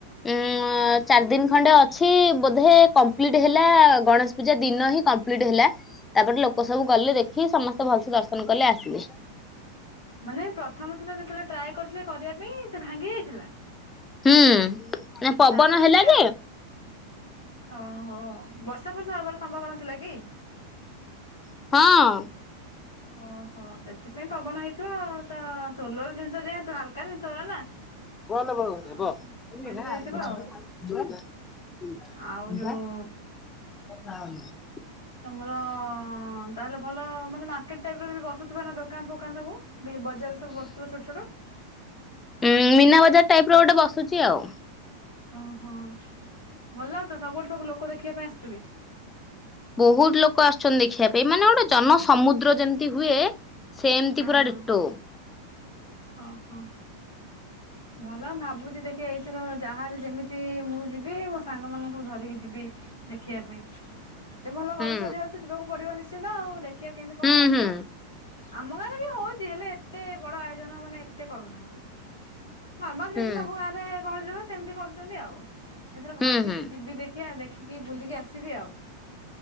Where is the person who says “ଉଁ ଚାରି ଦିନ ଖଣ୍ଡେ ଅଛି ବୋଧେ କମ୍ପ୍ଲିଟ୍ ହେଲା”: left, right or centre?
Left